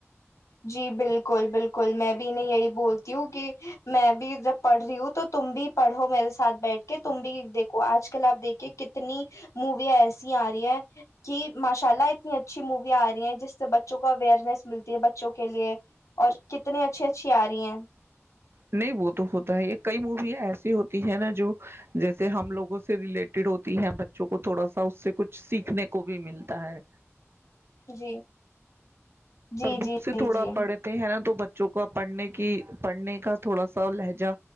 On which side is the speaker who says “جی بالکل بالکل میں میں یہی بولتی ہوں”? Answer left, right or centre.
Left